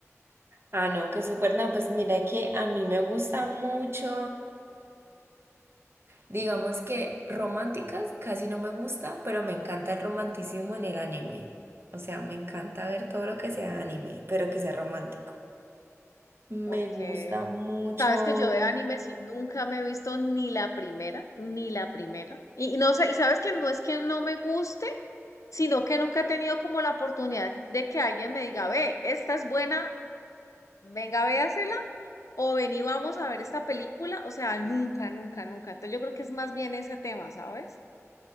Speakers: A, on the right; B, on the left.
A: Ah, no, que súper, no, pues mira que a mí me gusta mucho. Digamos que románticas casi no me gusta, pero me encanta el romanticismo en el anime. O sea, me encanta ver todo lo que sea anime, pero que sea romántico.
B: Ok.
A: Me gusta mucho.
B: Sabes que yo de anime sí nunca me he visto ni la primera, ni la primera. Y no sé, y sabes que no es que no me guste, sino que nunca he tenido como la oportunidad de que alguien me diga, ve, esta es buena, venga, véasela, o ven y vamos a ver esta película. O sea, nunca, nunca, nunca. Entonces yo creo que es más bien ese tema, ¿sabes?